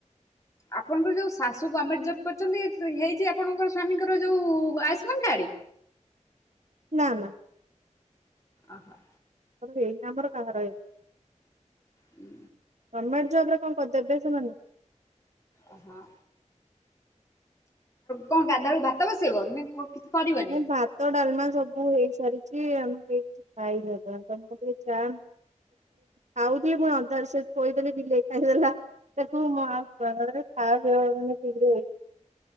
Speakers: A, on the left (about 25°); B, on the right (about 65°).
A: ଆପଣଙ୍କର ଯୋଉ ଶାଶୁ ଗମେଣ୍ଟ ଜବ୍ କରିଚନ୍ତି ହେଇଛି ଆପଣଙ୍କର ସ୍ୱାମୀଙ୍କର ଯୋଉ ଆୟୁଷ୍ମାନ କାର୍ଡ?
B: ନା ନା।
A: ଆହୋ।
B: ଆ ହେଇନି ଆମର କାହାର ହେଇ
A: ହୁଁ।
B: ଗମେଣ୍ଟ ଜବ ରେ କଣ କରିଦେବେ ସେମାନେ?
A: ଓହୋ ଆଉ କଣ ଗାଧାଳୁ ଭାତ ବସେଇବ ନା କଣ କିଛି କରିବନି?
B: ନାଇଁ ବା ତ ଡାଲମା ସବୁ ହେଇସାରିଛି ଆମେ କେହି କିଛି ଖାଇନୁ ଏ ପର୍ଯ୍ୟନ୍ତ, ତମକୁ ଟିକେ ଚା ଖାଉଥିଲି ପୁଣି ଅନ୍ଧାର ସେ ଥୋଇଦେଲି ବିଲେଇ ଖାଇଦେଲା। ସେଠୁ ମାସରେ ଖା ପିଅ